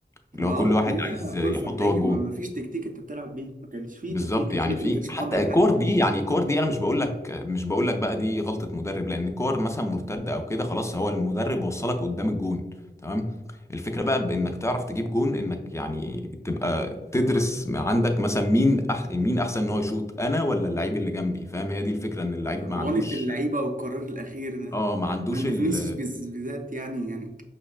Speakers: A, on the right; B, on the left.
A: ما
B: اللي هو
A: اه
B: كل واحد
A: كلها
B: عايز
A: حلول
B: يحط
A: فرديه
B: هو الجون
A: ما, ما فيش تكتيك انت بتلعب بيه ما كانش فيه
B: بالظبط
A: تكتيك انشيلوتي
B: يعني في
A: ما كانش
B: حتى
A: محضر
B: الكور
A: حاجه
B: دي يعني الكور دي انا مش بقول لك مش بقول لك بقى دي غلطة مدرب لان الكور مثلا مرتدة او كده خلاص هو المدرب وصلك قدام الجون تمام الفكرة بقى بانك تعرف تجيب جون انك يعني تبقى تدرس عندك مثلا مين أح... مين احسن ان هو يشوط انا ولا اللعيب اللي جنبي فاهم هي دي الفكرة ان اللعيب ما
A: رعونه
B: عندوش
A: اللعيبه والقرار الاخير ده
B: اه ما عندوش
A: عند
B: ال
A: فينيسيوس بز- بالذات يعني يعني